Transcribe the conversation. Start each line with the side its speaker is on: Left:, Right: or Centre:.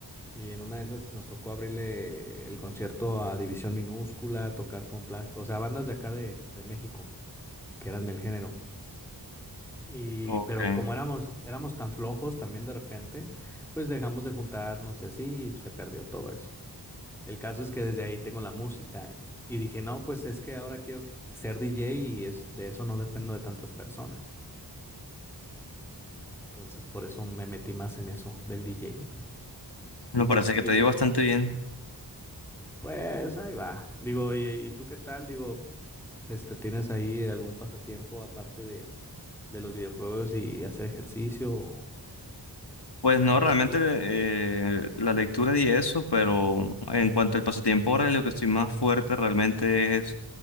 Centre: Y en una de esas nos tocó abrirle el concierto a División Minúscula, tocar con Plas, o sea, bandas de acá de, de México, que eran del género. Y,
Left: Okay.
Centre: pero como éramos, éramos tan flojos también de repente, pues dejamos de juntarnos y así y se perdió todo eso. El caso es que desde ahí tengo la música y dije, no, pues es que ahora quiero que- ser DJ y es, de eso no dependo de tantas personas. Entonces por eso me metí más en eso del DJ.
Left: Me
Centre: Y tú,
Left: parece
Centre: y
Left: que te
Centre: tú,
Left: dio bastante bien.
Centre: pues ahí va. Digo, ¿y, y tú qué tal? Digo, este, ¿tienes ahí algún pasatiempo aparte de, de los videojuegos y hacer ejercicio o
Left: Pues no,
Centre: la
Left: realmente
Centre: lectura?
Left: eh, la lectura y eso, pero en cuanto al pasatiempo ahora, lo que estoy más fuerte realmente es